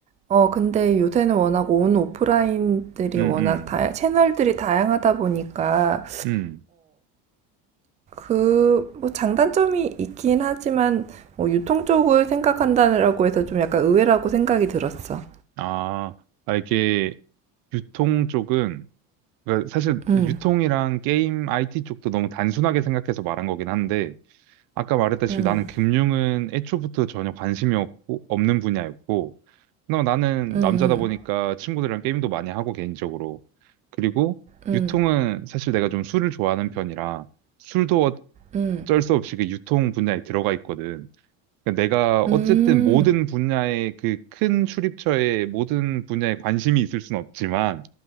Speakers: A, on the right; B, on the right.
A: 어 근데 요새는 워낙 온 오프라인들이
B: 음,
A: 워낙
B: 음,
A: 다 채널들이 다양하다 보니까
B: 음.
A: 어그뭐 장단점이 있긴 하지만 뭐 유통 쪽을 생각한다라고 해서 좀 약간 의외라고 생각이 들었어.
B: 아, 아, 이게 유통 쪽은 그러니까 사실
A: 음.
B: 유통이랑 게임 IT 쪽도 너무 단순하게 생각해서 말한 거긴 한데 아까 말했다시피
A: 음.
B: 나는 금융은 애초부터 전혀 관심이 없고 없는 분야였고 그나마 나는
A: 음,
B: 남자다 보니까 친구들이랑 게임도 많이 하고 개인적으로 그리고
A: 음,
B: 유통은 사실 내가 좀 술을 좋아하는 편이라 술도
A: 음,
B: 어쩔 수 없이 그 유통 분야에 들어가 있거든. 그러니까 내가 어쨌든
A: 음,
B: 모든 분야의 그 큰 출입처에 모든 분야에 관심이 있을 순 없지만